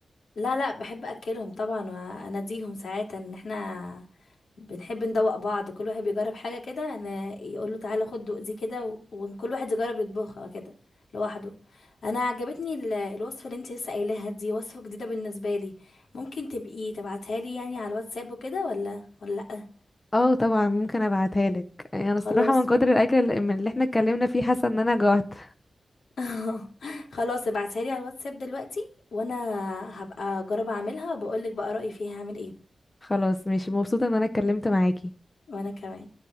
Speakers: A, on the left; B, on the left.
A: لا لا بحب اكلهم طبعا واناديهم ساعات ان احنا بنحب ندوق بعض كل واحد بيجرب حاجه كده انا يقول له تعالى خد دوق دي كده و- وكل واحد يجرب يطبخها كده لوحده انا عجبتني ال- الوصفه اللي انت لسه قايلاها دي وصفه جديده بالنسبه لي ممكن تبقي تبعتها لي يعني على الواتساب وكده ولا ولا لا
B: اه طبعا ممكن ابعتها لك يعني انا
A: خلاص
B: الصراحه من كتر
A: ماشي
B: الاكل اللي اللي احنا اتكلمنا فيه حاسه ان انا جوعت
A: <laughs> خلاص ابعتها لي على الواتساب دلوقتي وانا هبقى اجرب اعملها وبقول لك بقى رايي فيها هعمل ايه
B: خلاص ماشي مبسوطه ان انا اتكلمت معاكي
A: وانا كمان